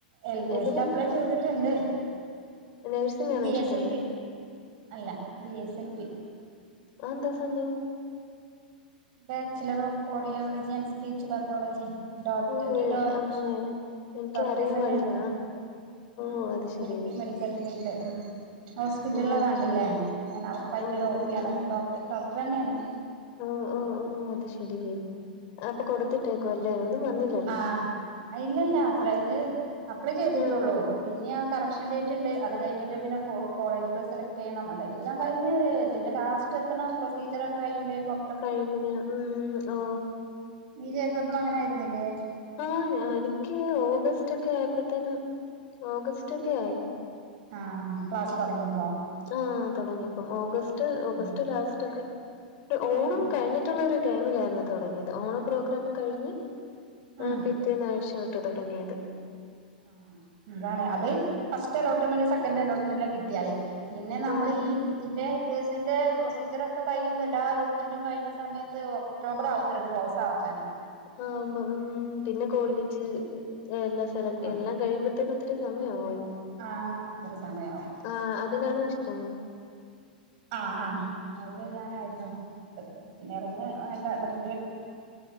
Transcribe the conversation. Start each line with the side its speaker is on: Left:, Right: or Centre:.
Right: എൽ ബി
Left: എന്തിനാ
Right: എസിൽ അപ്ലൈ ചെയ്ത്ട്ട്ണ്ട്.
Left: നഴ്സിംഗ് ആണോ
Right: ബി
Left: ഇഷ്ടം
Right: എസ് എൽ പി അല്ല ബി എസ് എൽ പി.
Left: ആന്താ സംഭവം
Right: bachelor of audiology and speech pathology ഡോക്
Left: ഓ
Right: ഒരു ഡോക്
Left: ആഹ് എനിക്ക്
Right: ഡോക്ടേഴ്സെന്നേണല്ലോ
Left: അറിയാൻ പാടില്ല
Right: ആഹ്
Left: ഓ അത്
Right: മെഡി
Left: ശരി
Right: മെഡിക്കൽ ഫീൽഡ് ഹോസ്പിറ്റലില
Left: ഓ
Right: കണ്ടില്ലേ. ഞാൻ അവർക്കായിട്ടൊരോപ്പിയാണ്
Left: ആഹ് ആഹ്
Right: <unintelligible> ഡോക്ട് ഡോക്ടറന്നെയാണ്.
Left: ഓ ഓ ഓ അത് ശെരി അപ്പൊ കൊടുത്തിട്ടേക്കും അല്ലേ ഒന്നും വന്നി
Right: ആഹ് അയ്ലല്ല അപ്ലൈത് അപ്ലൈ ചെയ്തിട്ടുള്ളൂ
Left: ആഹ്
Right: പിന്നെ കറക്ഷൻ ഡേറ്റ് ഉണ്ട് അത് കഴിഞ്ഞിട്ട് പിന്നെ കോളേജുകൾ സെലക്ട് ചെയ്യണം അതെല്ലാം കഴിഞ്ഞ്. ഇതിന്റെ ലാസ്റ്റ് എത്തണം പ്രൊസീജിയർക്കെഴിയുമ്പഴേക്കും
Left: കഴിയുമ്പത്തിന് ഉം ഓ
Right: നീ ചെയ്തപ്പളും അങ്ങനെ ആരുന്നില്ലേ
Left: ആഹ് ഞാ എനിയ്ക്കെ ഓഗസ്റ്റൊക്കെ ആയപ്പോഴത്തേനും ഓഗസ്റ്റൊക്കെ ആയി
Right: ആഹ് ക്ലാസ് തുടങ്ങിയപ്പളോ
Left: ആ തൊടങ്ങിപ്പം ഓഗസ്റ്റ്
Right: ഉം
Left: ഓഗസ്റ്റ് ലാസ്റ്റ്ക്കെ ഒരു ഓണം
Right: ഉം
Left: കഴിഞ്ഞിട്ടുള്ള ഒരു ടൈമിലായിരുന്നു തുടങ്ങിയത് ഓണം പ്രോഗ്രാം കഴിഞ്ഞ്
Right: ഉം
Left: ആഹ് പിറ്റേന്നാഴ്ച തൊട്ടാ തൊടങ്ങിയത്
Right: ആഹ് എന്താണ് അത് ഫസ്റ്റ് അലോട്ട്മെന്റ് സെക്കൻറ് അലോട്ട്മെന്റിലെ കിട്ടിയാലേ പിന്നെ നമ്മള്
Left: ആഹ്
Right: ഈ ഇതിന്റെ. <unintelligible> സിന്റെ പ്രൊസീജിയറൊക്കെ കഴിയുമ്പം, എല്ലാ അലോട്ട്മെന്റും കഴിയുന്ന സമയത്ത് ഒക്ടോബറാ വത്രേ ഇതു ക്ലോസക്കാനെ.
Left: ആമ്പം ഉം പിന്നെ കോളേജ് എല്ലാം സെലക്ട്
Right: ആ
Left: എല്ലാം, കഴിയുമ്പത്തേനും ഒത്തിരി സമയാവും.
Right: ആഹ് ഒത്തിരി സമയാവും
Left: ആഹ് അതിനാണ് ഇഷ്ടം
Right: ആഹ് ആ അത് ചെയ്യാനായിരുന്നു. <unintelligible> ആൾട മെഡിക്കലെടുക്കാൻ.